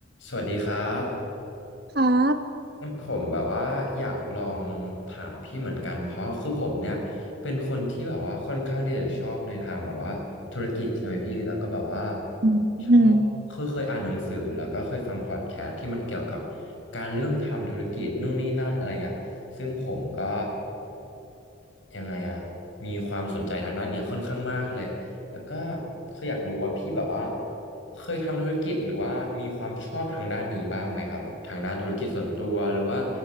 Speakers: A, on the left (about 85°); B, on the right (about 55°).
A: สวัสดีครับ
B: ครับ
A: ผมแบบว่าอยากลองถามพี่เหมือนกันเพราะคือผมเนี่ยเป็นคนที่แบบว่าค่อนข้างที่จะชอบในทางแบบว่าธุรกิจใช่ไหมพี่แล้วก็แบบว่า
B: อืมอืม
A: ชอบคือเคยอ่านหนังสือแล้วก็เคยฟังพอดแคสต์ที่มันเกี่ยวกับการเริ่มทำธุรกิจนู่นนี่นั่นอะไรเงี้ยซึ่งผมก็ยังไงอะมีความสนใจทางด้านเนี้ยค่อนข้างมากเลย แล้วก็คืออยากรู้ว่าพี่แบบว่าเคยทำธุรกิจหรือว่ามีความชอบทางด้านนี้บ้างไหมครับผมทางด้านธุรกิจส่วนตัวหรือว่า